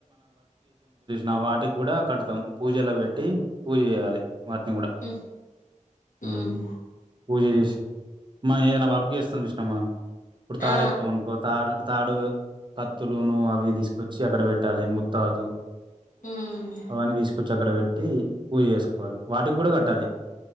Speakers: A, on the right; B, on the left.
A: నా వాటికి కూడా కడతం పూజలో పెట్టి పూజ చెయ్యాలి వాటిని కూడా
B: ఉమ్
A: ఊ
B: ఉమ్
A: పూజ చేసి మనం ఏదైనా వర్క్ చేస్తమ్ చూసినవ ఇప్పుడు తాడు
B: ఆ
A: ఎక్తమనుకో తాడు తాడు కత్తులును అవి తీసుకొచ్చి అక్కడ పెట్టాలి ముత్తాజు
B: ఉమ్
A: అవన్నీ తీసుకొచ్చి అక్కడ పెట్ పెట్టి పూజ చేసుకోవాలి వాటికి కూడా కట్టాలి